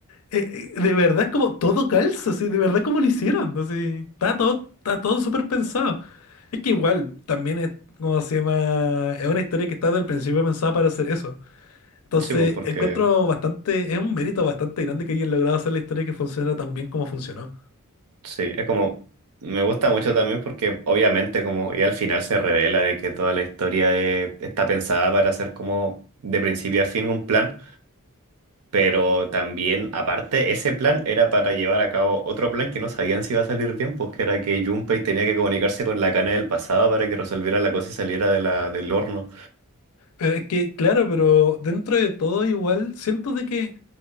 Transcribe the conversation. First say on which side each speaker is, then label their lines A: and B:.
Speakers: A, on the left (about 75°); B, on the right (about 85°).
A: eh, eh, de verdad como todo calza, así, de verdad como lo hicieron, así, está todo, está todo súper pensado. Es que igual, también es, como se llama? Es una historia que está desde el principio pensada para hacer eso. Entonces,
B: Sí, pues porque,
A: encuentro bastante, es un mérito bastante grande que hayan logrado hacer la historia que funciona tan bien como funcionó.
B: sí, es como, me gusta mucho también porque obviamente como ya al final se revela de que toda la historia de- está pensada para ser como de principio a fin un plan. Pero también, aparte, ese plan era para llevar a cabo otro plan que no sabían si iba a salir bien, pues que era que Junpei tenía que comunicarse con la cana del pasado para que resolviera la cosa y saliera de la, del horno.
A: Eh, es que, claro, pero dentro de todo igual, siento de que